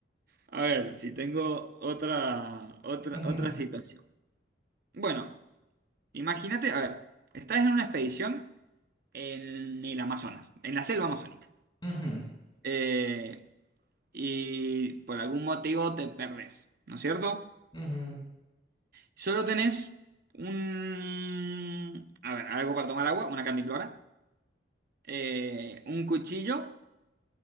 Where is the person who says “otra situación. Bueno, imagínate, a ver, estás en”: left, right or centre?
Right